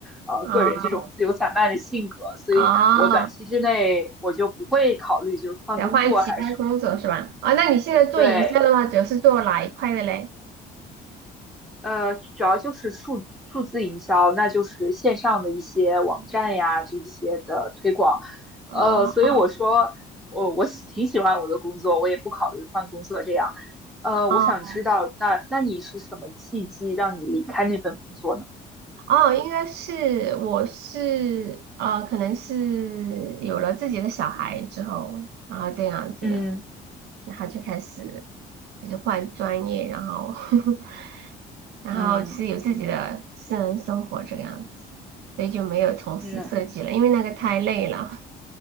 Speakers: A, in the centre; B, on the right.
A: 呃个人这种自由散漫的性格，
B: 啊
A: 所以我短期之内我就不会考虑就是换工作还是什么。
B: 啊，哦得换其他工作是吧？啊，那你现在做营销的话，
A: 对，
B: 主要是做哪一块的嘞？
A: 呃，主要就是数数字营销，那就是线上的一些网站呀这些的推广。
B: 哦
A: 呃，所以我说我我喜挺喜欢我的工作，我也不考虑换工作这样。呃，
B: 哦。
A: 我想知道，那那你是什么契机让你离开那份工作呢？
B: 哦，应该是我是呃，可能是有了自己的小孩之后，然后这样子的，
A: 嗯
B: 然后就开始就是换专业，然后 <laughs> 然后是有自己的私人生活这个样子，
A: 嗯嗯嗯
B: 所以就没有从事设计了，
A: 嗯
B: 因为那个太累了